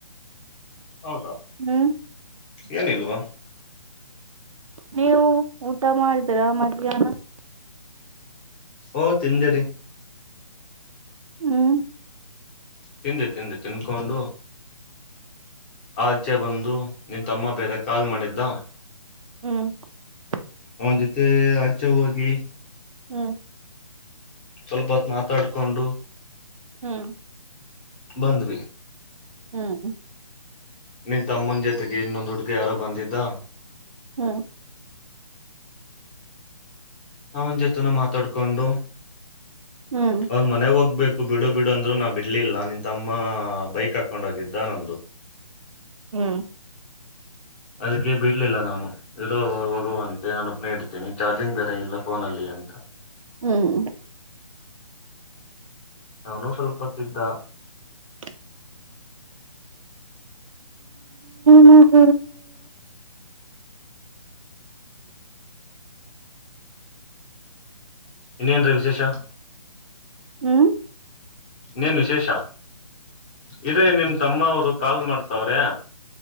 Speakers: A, on the left; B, on the right.
A: ಹೌದಾ,
B: ಹ್ಮ್
A: ಏನಿಲ್ವಾ? <inaudible>
B: ನೀವು, ಊಟ ಮಾಡಿದೀರಾ! ಮಧ್ಯಾಹ್ನ. <inaudible>
A: ಓ, ತಿಂದೇರಿ. <inaudible>
B: ಹ್ಮ್... <inaudible>
A: ತಿಂದೆ, ತಿಂದೆ, ತಿಂದೆ, ತಿನುಕೊಂಡು, ಆಚೆ ಬಂದು. <inaudible> ಬ್ರೋ, ನಿಮ್, ತಮ್ಮ ಬೇರೆ ಕಾಲ್ ಮಾಡಿದ್ದ. <inaudible>
B: ಹ್ಮ್... <inaudible>
A: ಅವನ, ಜೊತೆ, ಅಚೆ, ಹೋಗಿ... <inaudible>
B: ಹ್ಮ್... <inaudible>
A: ಸ್ವಲ್ಪ, ಹೊತ್ ಮಾತಾಡ್ಕೊಂಡು? <inaudible>
B: ಹ್ಮ್. <inaudible>
A: ಬಾಂಧುವಿ? <inaudible>
B: ಹ್ಮ್.. <inaudible>
A: ನೀನ್, ತಮ್ಮನ, ಜೊತೆಗೆ ಇನ್ನೊಂದು, ಹುಡುಗ ಯಾರೋ, ಬಂದಿದ್ದ. <inaudible>
B: ಹ್ಮ್... <inaudible>
A: ಅವನ್ ಜೊತನ ಮಾತಾಡ್ಕೊಂಡು
B: ಹ್ಮ್ ಹ್ಮ್
A: ಅವನ್ ಮನೆ ಹೋಗ್ಬೇಕು ಬಿಡು ಬಿಡು ಇಡ್ ಅಂದ್ರು ನಾ ಬಿಡ್ಲಿಲ್ಲ ನಿನ್ ತಮ್ಮ ಬೈಕ್ ಹಾಕೊಂಡ್ ಹೋಗಿದ್ದ ನಂದು
B: ಹ್ಮ್
A: ಅದಕ್ಕೆ ಬಿಡ್ಲಿಲ್ಲ ನಾನು ಇರೋ ಹೋಗುವಂತೆ ನಾನು ಒಪ್ ಇಡ್ತೀನಿ ಚಾರ್ಜಿಂಗ್ ಬೇರೆ ಇಲ್ಲ ಫೋನಲ್ಲಿ ಅಂತ
B: ಹ್ಮ್
A: ನಾನು ಸ್ವಲ್ಪ ಹೊತ್ತಿದ್ದ
B: ನ ನಗ
A: ಇನ್ನೇನ್ರಿೀ ವಿಶೇಷ
B: ಹ್ಮ್
A: ನೀೇನ್ ವಿಶೇಷ ಇದದೆೇ ನಿಮ್ ತಮ್ಮ ಅವ್ರು ಕಾಲ್ ಮಾಡ್ತಾರೆ ತವ್ರೆ